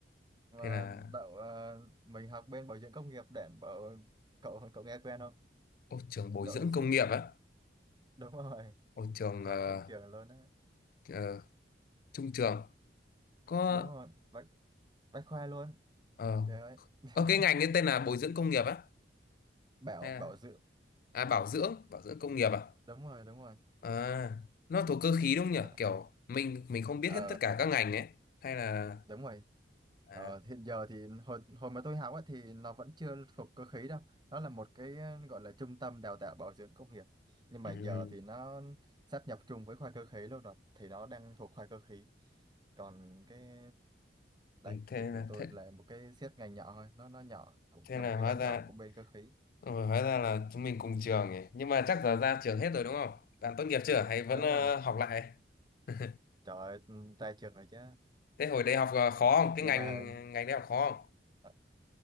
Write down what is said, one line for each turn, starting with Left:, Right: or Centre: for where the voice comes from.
Right: mà
Left: Thế là,
Right: đậu ờ, mình học bên bảo dưỡng công nghiệp để bảo cậu cậu nghe quen không?
Left: ô, trường bồi
Right: Bảo
Left: dưỡng
Right: dưỡng.
Left: công nghiệp á,
Right: Đúng rồi,
Left: ô, trường
Right: học
Left: ờ,
Right: chung trường luôn á.
Left: ờ, trung trường, có,
Right: Đúng rồi, Bách Bách Khoa luôn.
Left: ờ,
Right: Trời ơi. <laughs>
Left: ờ, cái ngành ấy tên là bồi dưỡng công nghiệp á,
Right: bảo
Left: hay là,
Right: bảo dưỡng
Left: à, bảo dưỡng, bảo dưỡng công nghiệp à?
Right: đúng rồi đúng rồi
Left: À, nó thuộc cơ khí đúng không nhỉ?
Right: Gọi-
Left: Kiểu mình mình không biết
Right: ờ,
Left: hết tất cả các ngành ấy hay là
Right: đúng rồi
Left: à,
Right: Ờ, hiện giờ thì hồi hồi mà tôi học ấy, thì nó vẫn chưa thuộc cơ khí đâu nó là một cái gọi là trung tâm đào tạo bảo dưỡng công nghiệp nhưng mà
Left: ừ,
Right: giờ thì nó sáp nhập chung với khoa cơ khí luôn rồi thì nó đang thuộc khoa cơ khí còn cái đấy
Left: ừ, thế
Right: thì
Left: là
Right: của tôi
Left: thế,
Right: là một cái xét ngành nhỏ thôi nó nó nhỏ cũng
Left: thế
Right: là
Left: là
Right: một cái
Left: hóa
Right: nhánh
Left: ra
Right: nhỏ của bên cơ khí
Left: ừ, hóa ra là chúng mình cùng trường ấy. Nhưng mà chắc giờ ra trường hết rồi đúng không? Bạn tốt nghiệp chưa hay vẫn
Right: đúng
Left: ờ,
Right: rồi
Left: học lại? <laughs>
Right: trời ơi, ra trường rồi chứ
Left: Thế hồi đại học ờ, khó
Right: <laughs>
Left: không? Cái
Right: nhưng
Left: ngành
Right: mà
Left: ngành đại học khó không?
Right: ờ,